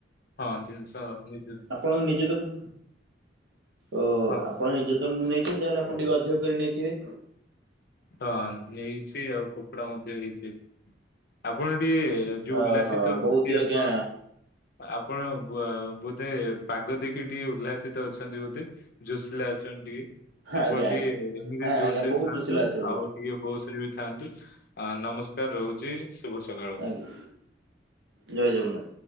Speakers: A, on the left; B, on the right.
A: ହଁ ଜିନିଷ ନିଜ
B: ଆପଣ ନିଜେ ତାକୁ। ଓହୋ
A: ହଁ
B: ଆପଣ ନିଜେ ତ ନେଇଛନ୍ତି ତାହେଲେ ଆପଣ ଟିକେ ଅଧିକ କରି ନେଇଥିବେ।
A: ହଁ ନେଇଛି ଆଉ ଖୋପଡା ମଧ୍ୟ ହେଇଛି। ଆପଣ ଟିକେ ଯୋଉ
B: ଓହୋ
A: ଉଲ୍ଲାସିତ ଅଛନ୍ତି
B: ବହୁତ ହି ଆଜ୍ଞା
A: ଆପଣ ଆପଣ ବ ବୋଧେ ପାଗ ଦେଖି ଟିକେ ଉଲ୍ହା ସିତ ଅଛନ୍ତି ବୋଧେ ଜୋସିଲା ଅଛନ୍ତି ଟିକେ। ଆପଣ
B: ଆଜ୍ଞା ଆଜ୍ଞା।
A: ଟିକେ ଏମିତି
B: ହଁ
A: ଜୋସରେ
B: ଆଜ୍ଞା ବହୁତ
A: ଥାଆନ୍ତୁ
B: ଜୋସିଲା ଅଛି ଆଜ୍ଞା
A: ଆଉ ଟିକେ ହୋସରେ ବି ଥାନ୍ତୁ ଆ ନମସ୍କାର ରହୁଛି ଶୁଭ ସକାଳ।
B: ଆଜ୍ଞା। ଜୟ ଜଗନ୍ନାଥ